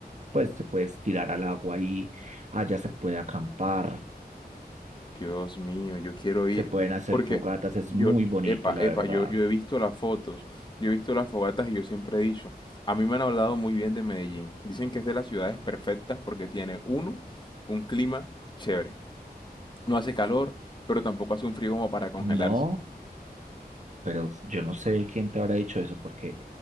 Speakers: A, on the right; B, on the left.
A: pues, se puede tirar al agua y allá se puede acampar,
B: Dios mío, yo quiero ir.
A: se pueden hacer
B: Porque
A: fogatas, es
B: yo,
A: muy bonito,
B: epa,
A: la
B: epa,
A: verdad.
B: yo, yo he visto las fotos, yo he visto las fogatas y yo siempre he dicho, a mí me han hablado muy bien de Medellín. Dicen que es de las ciudades perfectas porque tiene, uno, un clima chévere. No hace calor, pero tampoco hace un frío como para congelarse.
A: No, pero yo no sé quién te habrá dicho eso porque